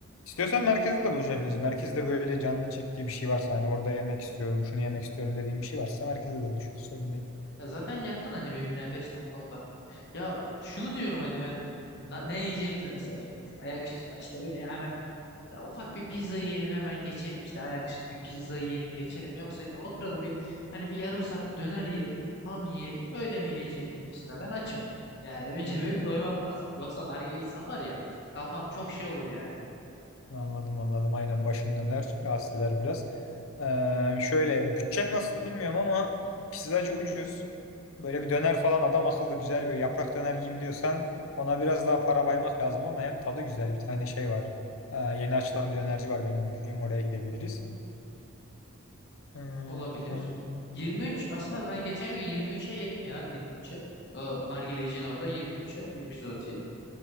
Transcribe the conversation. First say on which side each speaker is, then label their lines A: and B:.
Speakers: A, on the left; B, on the left.
A: İstiyorsan merkezde de buluşabiliriz. Merkezde böyle canının çektiği bir şey varsa hani orada yemek istiyorum, şunu yemek istiyorum dediğim bir şey varsa merkezde de buluşuruz, sorun değil.
B: Ya zaten yakın hani birbirine 5 dakika 10 dakika. Ya şunu diyorum hani ben na- ne yiyeceğimizde mesela şimdi ayaküstü da işte böyle hemen ya ufak bir pizza yiyelim hemen geçelim işte ayaküstü bir pizza yiyelim geçelim. Yoksa yine oturalım bir hani bir yarım saat bir döner yiyelim tam yiyelim öyle mi geçelim gibisinden ben açım. Yani ben benim <laughs> doymam lazım. Yoksa nargile insan var ya kafam çok şey olur yani.
A: Anladım anladım aynen başın döner rahatsız eder biraz. Ee, şöyle bütçen nasıl bilmiyorum ama pizzacı ucuz. Böyle bir döner falan adam akıllı güzel böyle yaprak döner yiyeyim diyorsan ona biraz daha para baymak lazım ama hem tadı güzel bir tane şey var. Ee, yeni açılan bir dönerci var benim bildiğim oraya gidebiliriz. Ee,
B: Olabilir.
A: on,
B: 23
A: e,
B: aslında
A: ya da-
B: ben geçen gün 23'e yedim ya 23'e. Ee, Nargileci'nin orada 23'e 23 zloty.